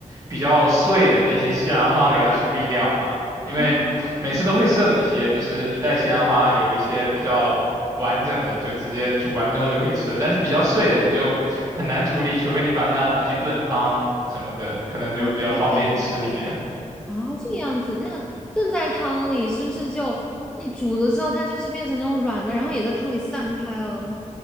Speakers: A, on the right (about 25°); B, in the centre.
A: 比较碎的那些西兰花给它处理掉嘛，因为每次都会剩一些，
B: 啊，哦
A: 就是一袋西兰花有一些比较完整的，就直接煮完之后就可以吃，但是比较碎的你就很难处理，除非你把它拿去炖汤什么的，可能就比较方便吃一点。
B: 啊这样子啊，这样子，那炖在汤里是不是就你煮了之后，它就是变成那种软的，然后也在汤里散开了？